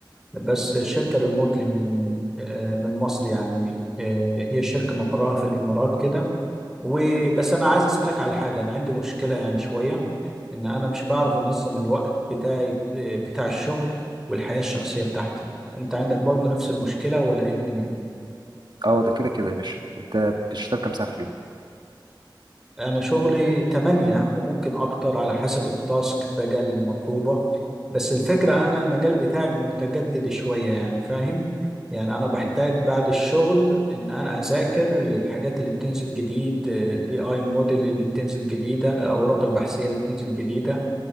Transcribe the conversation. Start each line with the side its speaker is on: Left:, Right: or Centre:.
Centre: بس شركة ريموتلي من آه، من مصر يعني آه، هي شركة مقرها في الامارات كده وبس انا عايز اسألك على حاجة انا عندي مشكلة يعني شوية ان انا مش بعرف انظم الوقت بتاعي آه، بتاع الشغل والحياة الشخصية بتاعتي انت عندك برضو نفس المشكلة ولا ايه الدنيا؟
Right: اه ده كده كده يا باشا انت بتشتغل كام ساعه في اليوم
Centre: أنا شغلي تمانية وممكن أكتر على حسب التاسك بقى المطلوبة بس الفكرة أنا المجال بتاعي متجدد شوية يعني فاهم يعني أنا بحتاج
Right: مم.
Centre: بعد الشغل إن أنا أذاكر للحاجات اللي بتنزل جديد ال AI موديل اللي بتنزل جديدة الأوراق البحثية اللي بتنزل جديدة